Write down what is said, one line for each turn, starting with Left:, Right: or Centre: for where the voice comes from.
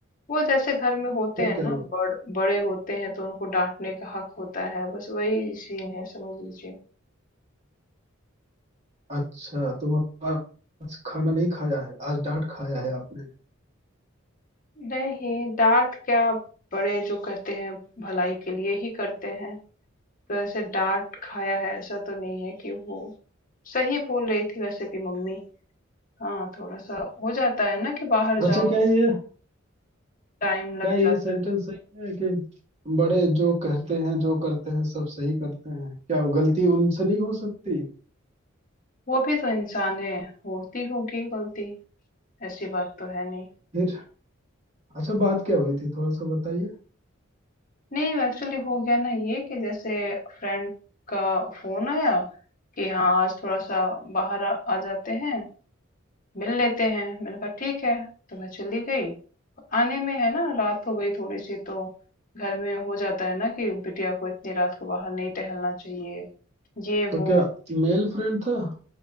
Left: वो जैसे घर में होते
Right: फिर
Left: हैं
Right: क्या
Left: ना
Right: हुआ
Left: बड़ बड़े होते हैं तो उनको डाँटने का हक होता है बस वही सीन है समझ लीजिए।
Right: अच्छा तो मतलब आज खाना नहीं खाया है आज डांट खाया है आपने
Left: नहीं, डाँट क्या बड़े जो करते हैं भलाई के लिए ही करते हैं। वैसे डाँट खाया है ऐसा तो नहीं है कि वो सही बोल रही थी वैसे भी मम्मी हाँ थोड़ा सा हो जाता है ना कि बाहर जाओ
Right: अच्छा क्या ये
Left: टाइम लग
Right: क्या ये
Left: जाता
Right: सेंटेंस
Left: है
Right: सही है कि बड़े जो कहते हैं जो करते हैं सब सही करते हैं क्या गलती उनसे नहीं हो सकती
Left: वो भी तो इंसान है होती होगी गलती ऐसी बात तो है नहीं
Right: फिर अच्छा बात क्या हुई थी थोड़ा सा बताइए
Left: नहीं एक्चुअली हो गया ना ये कि जैसे फ्रेंड का फोन आया कि हाँ आज थोड़ा सा बाहर आ, आ जाते हैं मिल लेते हैं मैंने कहा ठीक है तो मैं चली गई आने में है ना रात हो गई थोड़ी सी तो घर में हो जाता है ना कि बिटिया को इतनी रात को बाहर नहीं टहलना चाहिए ये
Right: तो
Left: वो
Right: क्या मेल फ्रेंड था